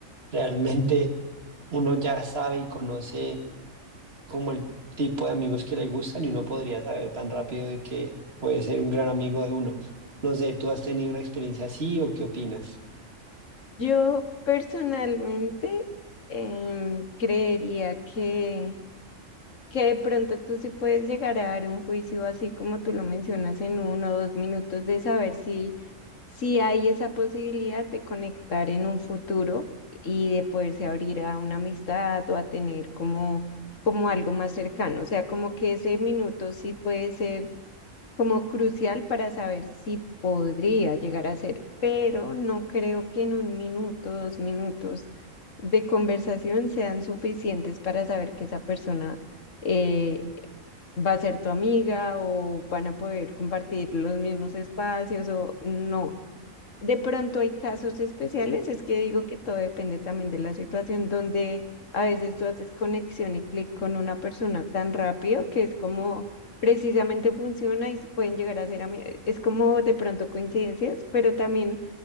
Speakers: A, on the right; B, on the left.
A: realmente uno ya sabe y conoce como el tipo de amigos que le gustan y uno podría saber tan rápido de que puede ser un gran amigo de uno. No sé, ¿tú has tenido una experiencia así o qué opinas?
B: Yo personalmente em, creería que, que de pronto tú sí puedes llegar a dar un juicio así como tú lo mencionas en uno o dos minutos de saber si, si hay esa posibilidad de conectar en un futuro y de poderse abrir a una amistad o a tener como, como algo más cercano. O sea, como que ese minuto sí puede ser como crucial para saber si podría llegar a ser, pero no creo que en un minuto, dos minutos de conversación sean suficientes para saber que esa persona eh, va a ser tu amiga o van a poder compartir los mismos espacios o no. De pronto hay casos especiales, es que digo que todo depende también de la situación donde a veces tú haces conexión y clic con una persona tan rápido que es como precisamente funciona y se pueden llegar a ser amigos Es como de pronto coincidencias, pero también